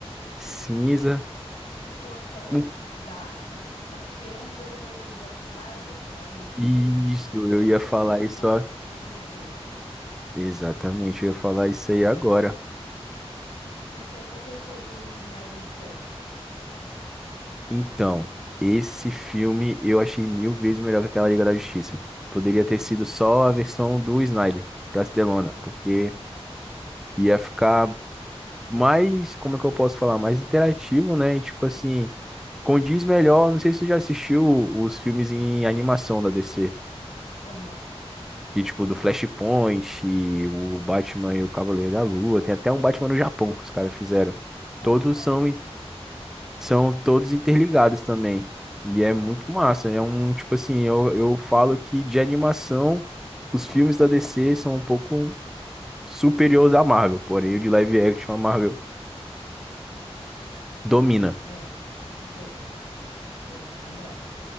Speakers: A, in the centre; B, on the left.
A: Cinza.
B: Ficou tão
A: Um-
B: dark que pareceu uma coisa meio Zack Snyder, sabe? <laughs> Ficou
A: Isso,
B: em- Mas
A: eu ia
B: ficou
A: falar
B: muito
A: isso.
B: bom,
A: ó.
B: ficou muito bem feito.
A: Exatamente, eu ia falar isso aí agora.
B: E o que é que você achou do Snyder Cut?
A: Então, esse filme eu achei mil vezes melhor que aquela Liga da Justiça. Poderia ter sido só a versão do Snyder pra Delona, porque
B: Uhum.
A: ia ficar mais, como é que eu posso falar, mais interativo, né? E, tipo assim, condiz melhor. Não sei se tu já assistiu os filmes em animação da DC.
B: Aham.
A: E, tipo, do Flashpoint, e o Batman e o Cavaleiro da Lua. Tem até um Batman no Japão que os caras fizeram.
B: Nossa,
A: Todos
B: essa
A: são,
B: eu nunca
A: in-
B: vi.
A: são todos interligados também. E é muito massa. É um, tipo assim, eu, eu falo que de animação, os filmes da DC são um pouco superiores à Marvel. Porém, o de live action, a Marvel domina.
B: Não, é, com certeza. Isso é de verdade.